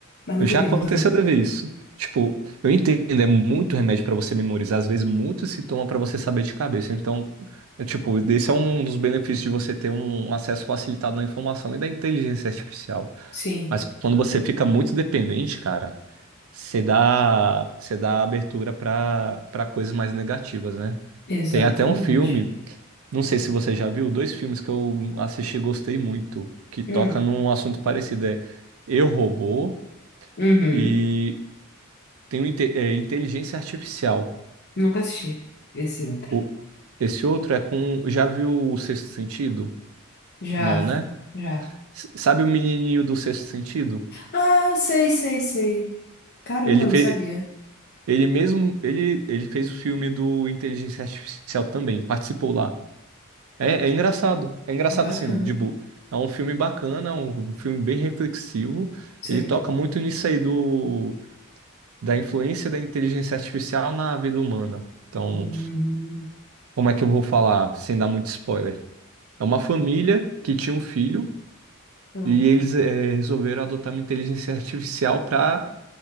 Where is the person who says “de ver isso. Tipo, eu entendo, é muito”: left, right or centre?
Right